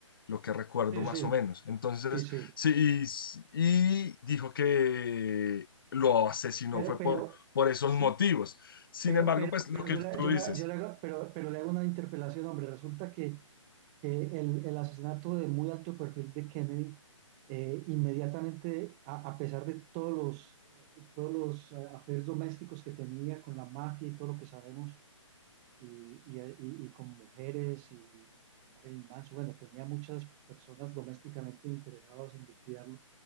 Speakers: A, on the left; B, on the right.
A: lo que recuerdo
B: Sí,
A: más
B: sí,
A: o menos. Entonces,
B: sí, sí.
A: sí, y, y dijo que lo asesinó
B: Pero,
A: fue
B: pero,
A: por, por esos
B: sí,
A: motivos. Sin
B: pero,
A: embargo,
B: pero,
A: pues lo
B: pero
A: que
B: yo
A: tú
B: le, yo
A: dices.
B: le- yo le hago, pero, pero le hago una interpelación, hombre, resulta que que el, el asesinato de muy alto perfil de Kennedy, eh, inmediatamente, a, a pesar de todos los, eh, todos los eh, affairs domésticos que tenía con la mafia y todo lo que sabemos, y, y- y- y con mujeres y, y con Marilyn Manson, bueno, tenía muchas personas domésticamente interesadas en liquidarlo,